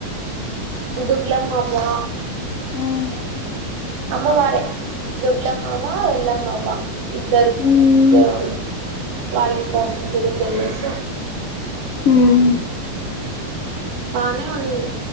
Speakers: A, on the right (about 85°); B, on the left (about 75°).
A: ఇద్దరు పిల్లలు మాకు వా
B: మ్మ్
A: అమ్మ వారే దొడ్లమ్మవా ఎల్లమ్మవా ఇద్దరు
B: మ్మ్
A: దేవుళ్ళు వాళ్ళిద్దరూ గుడికెళ్లేసి
B: హ్మ్
A: బానే ఉండింది